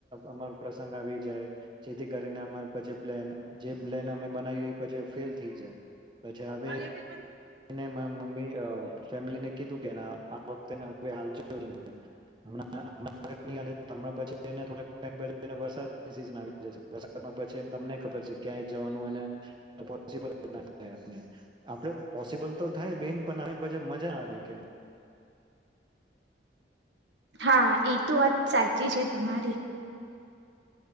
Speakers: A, on the right; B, on the right.
A: અમા પ્રસંગ આવી જેથી કરીને અ પછ પ્લેન જે પ્લેન અમે બનાવી પછી ફેલ થઈ જાય પછી હવે
B: અને એરી
A: મમ્મી ફેમિલીને કીધું કે આ વખતેને હવે હાલ જોયું ં ઘણાં પછ થો છી વરસાદની સિઝન આવી જશે વરસાદમાં પછી તમને ખબર છે ક્યાંય જવાનું અને પોસિબલ ના થાય આપને આપડ પબલ તો થાય બેન પણ પછ મજા આવે કે
B: હા એ તો વાત સાચી છે તમારી